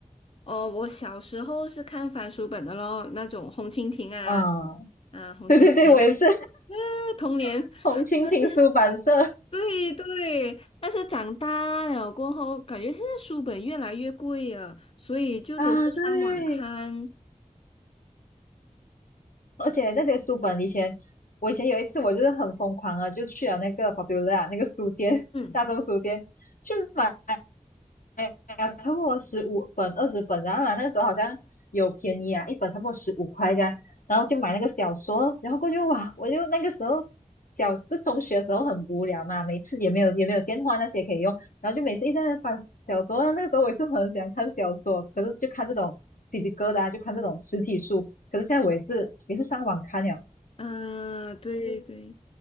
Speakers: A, on the left (about 45°); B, on the left (about 85°).
A: 哦，我小时候是看翻书本的咯，那种红蜻蜓啊，
B: 啊，
A: 啊，
B: <laughs>
A: 红蜻蜓，
B: 对对对，我也是
A: <laughs> 童年，
B: <laughs> 红蜻蜓出版社
A: 但是。对对，但是长大了过后，感觉现在书本越来越贵了，所以就都是上网看。
B: 啊，对。而且那些书本以前，我以前有一次我就是很疯狂啊，就去了那个 Popular 那个书店，
A: 嗯。
B: 大众书店去买了差不多十五本、二十本，然后啊那个时候好像有便宜啊，一本差不多十五块这样，然后就买那个小说，然后过去哇，我就那个时候小就中学的时候很无聊嘛，每次也没有也没有电话那些可以用，然后就每次一直在那边翻小说啊那个时候我也是很喜欢看小说，可是就看这种 p h y c a 的啊，就看这种实体书，可是现在我也是也是上网看了。
A: 嗯，对对，